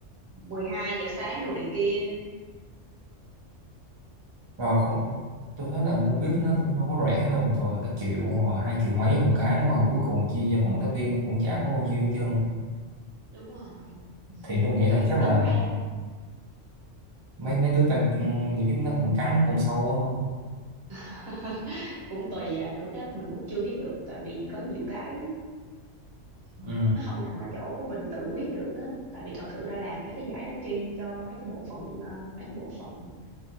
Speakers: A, on the right; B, on the right.
A: mười hai giờ sáng đồ này kia.
B: rồi khu- tôi thấy là mua biết nó cũng không có rẻ đâu thường là cái triệu hoặc là hai triệu
A: Ừ,
B: mấy một cái mà cuối cùng chia cho cộng
A: ừ,
B: tác viên cũng chả có bao nhiêu hết trơn
A: đúng rồi.
B: thì tôi nghĩ
A: Tại
B: là chắc
A: tính
B: là
A: ra
B: mấy mấy đứa ban ừ, tổ chức nó cũng cắn cũng sâu á
A: <laughs> cũng tùy à của cái đó mình cũng chưa biết được tại vì có nhiều cái
B: ừ.
A: nó không nằm ở chỗ của mình tự quyết được á tại vì thật sự ra làm mấy cái giải đó chi cho mấy cái bộ phận ờ, mấy cái bộ phận